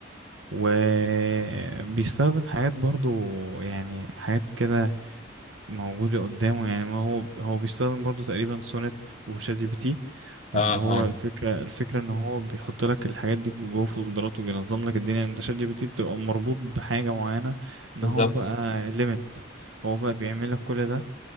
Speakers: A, on the right; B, on the left.
A: وبيستخدم حاجات برضو يعني حاجات كده موجودة قدامه يعني ما هو هو بيستخدم برضو تقريبا سونت وشات جي بي تي بس
B: اه
A: هو
B: اه
A: الفكرة الفكرة ان هو بيحط لك الحاجات دي جوه فولدرات وبينظم لك الدنيا انت شات جي بي تي بتبقى مربوط بحاجة معينة ان
B: بالظبط
A: هو بقى ليميت هو بقى بيعمل لك كل ده